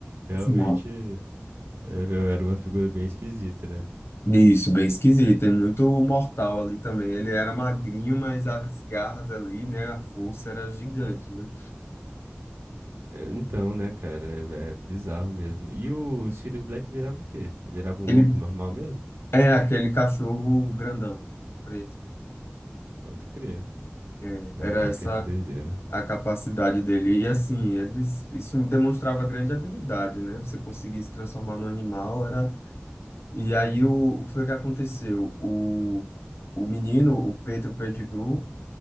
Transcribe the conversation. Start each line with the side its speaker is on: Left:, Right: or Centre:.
Right: Realmente,
Left: Sim.
Right: é, eu era uma figura bem esquisita, né?
Left: Isso, bem esquisito. Tem muito mortal ali também. Ele era magrinho, mas as garras ali, né? A força era gigante, né?
Right: É, Então, né, cara, é, é bizarro mesmo. E o Sirius Black virava o quê? Virava um
Left: Ele
Right: lobo normal mesmo?
Left: é aquele cachorro grandão. preto.
Right: Pode crer.
Left: É,
Right: Caraca,
Left: era essa
Right: que doideira.
Left: a capacidade dele. E assim, eles, isso demonstrava grande habilidade, né? Você conseguir se transformar num animal era. E aí o, o que foi que aconteceu? O, o menino, o Pedro Pettigrew,